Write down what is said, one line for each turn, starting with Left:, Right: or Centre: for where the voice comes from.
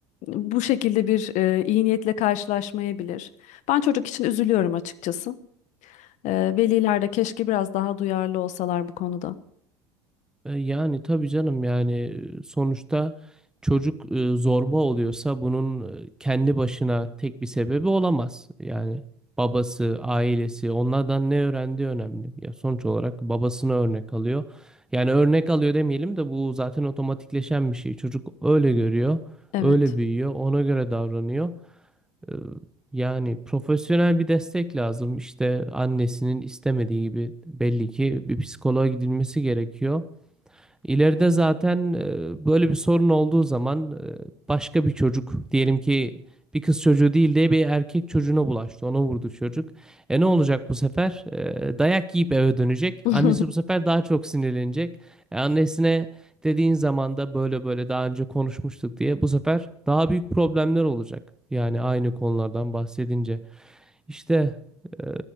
Left: bu şekilde bir e, iyi niyetle karşılaşmayabilir. Ben çocuk için üzülüyorum açıkçası. E, veliler de keşke biraz daha duyarlı olsalar bu konuda.
Centre: E, Yani tabii canım yani e, sonuçta çocuk e, zorba oluyorsa bunun e, kendi başına tek bir sebebi olamaz. Yani babası, ailesi onlardan ne öğrendiği önemli. Ya sonuç olarak babasını örnek alıyor. Yani örnek alıyor demeyelim de bu zaten otomatikleşen bir şey. Çocuk öyle görüyor,
Left: Evet.
Centre: öyle büyüyor, ona göre davranıyor. E, Yani profesyonel bir destek lazım. İşte annesinin istemediği gibi belli ki bir psikoloğa gidilmesi gerekiyor. İleride zaten e, böyle bir sorun olduğu zaman e, başka bir çocuk diyelim ki bir kız çocuğu değil de bir erkek çocuğuna bulaştı. Ona vurdu çocuk. E ne olacak bu sefer? E, dayak yiyip eve dönecek.
Left: <laughs>
Centre: Annesi bu sefer daha çok sinirlenecek. E, annesine dediğin zaman da böyle böyle daha önce konuşmuştuk diye bu sefer daha büyük problemler olacak. Yani aynı konulardan bahsedince. İşte e,